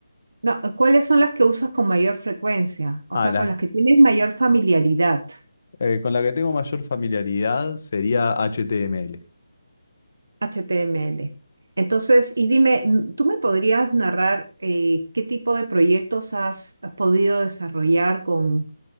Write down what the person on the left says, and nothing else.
Ah,
la,
eh, con la que tengo mayor familiaridad sería HTML.